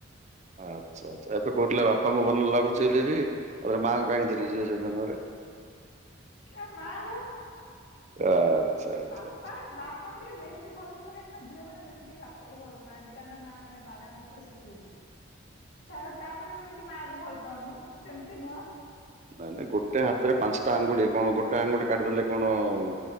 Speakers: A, on the right; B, on the left.
A: ଆଚ୍ଛା ଆଚ୍ଛା। ଏବେ କହୁଥିଲେ ବାପାଙ୍କୁ ଭଲ ଲାଗୁଛି ବିଲି କିରି, ତାପରେ ମା <unintelligible> ଭାବରେ
B: ଆ ମା ବା,
A: ଆଚ୍ଛା ଆଚ୍ଛା
B: ବାପା-
A: ଆଚ୍ଛା।
B: ବାପାଙ୍କୁ ଟିକେ ବେଶୀ ଭଲ ପାଇବା କାହିଁକିନା ଝିଅମାନେ ବେଶୀ ଟିକେ ବାପାକୁ ଭଲ ପାଆନ୍ତି, କାରଣ ମାଆମାନେ ବାଡ଼ାନ୍ତି ତ ସେଥିପାଇଁ। ତା ତାପରେ ନୁହେଁ କି ମାକୁ ଭଲ ପାଉନୁ, ସେମତି ନୁହଁ।
A: ନାଇଁ ନାଇଁ, ଗୋଟେ ହାତରେ ପାଞ୍ଚଟା ଆଙ୍ଗୁଟି, କଣ ଗୋଟେ ଆଙ୍ଗୁଟି କାଟିଦେଲେ କଣ ଆଉ